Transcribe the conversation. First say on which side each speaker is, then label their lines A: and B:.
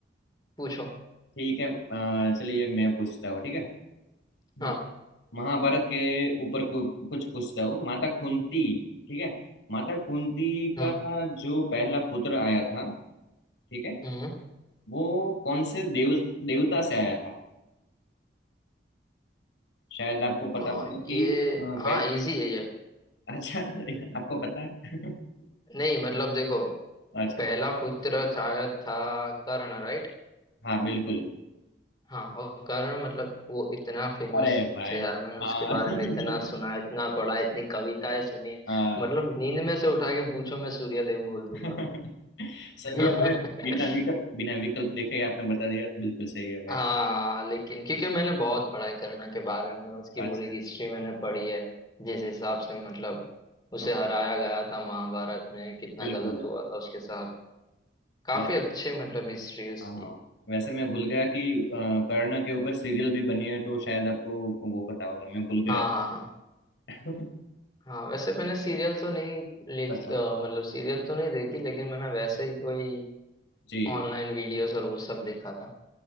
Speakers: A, on the left (about 25°); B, on the left (about 90°).
A: पूछो
B: ठीक है अ, चलिए मैं पूछता हूँ ठीक है म-
A: हाँ
B: महाभारत के ऊपर कु, कुछ पूछता हूँ माता कुंती ठीक है माता कुंती
A: हाँ
B: का जो पहला पुत्र आया था ठीक है
A: हम्म
B: वो कौन से देव देवता से आया था शायद आपको पता
A: आ,
B: होगा कि
A: ये
B: अ, पहले
A: हाँ इजी है ये
B: अच्छा <laughs> आपको पता है <laughs>
A: नहीं मतलब देखो
B: अच्छा
A: पहला पुत्र शायद था कर्ण राइट
B: हाँ बिल्कुल
A: हाँ और कर्ण मतलब वो इतना फेमस
B: अरे भाई
A: है यार मैंने उसके
B: हाँ
A: बारे
B: <laughs>
A: में इतना सुना इतना पढ़ा इतनी कविताएं सुनी है
B: हाँ
A: मतलब नींद में से उठा के पूछो मैं सूर्यदेव बोल दूंगा
B: <laughs> सही है
A: <laughs>
B: भाई बिना विकल्प बिना विकल्प देखे ही आपने बता दिया बिल्कुल सही है भाई
A: हाँ लेकिन क्योंकि मैंने बहुत पढ़ाई करना के बारे में उसकी
B: अच्छा
A: पूरी हिस्ट्री मैंने पढ़ी है जिस हिसाब से मतलब उसे
B: हाँ हाँ,
A: हराया गया था महाभारत में कितना
B: बिल्कुल
A: गलत हुआ था उसके साथ काफी
B: वैसे
A: अच्छे मतलब हिस्ट्री है उसकी
B: हाँ हाँ वैसे मैं भूल गया कि अ, कर्ण के ऊपर सीरियल भी बनी है तो शायद आपको वो पता होगा मैं भूल गया
A: हाँ हाँ हाँ
B: था <laughs>
A: हाँ वैसे मैंने सीरियल तो नहीं लेखी
B: अच्छा
A: अ, मतलब सीरियल तो नहीं देखी लेकिन मैंने वैसे ही कोई
B: जी
A: ऑनलाइन वीडियोस और वो सब देखा था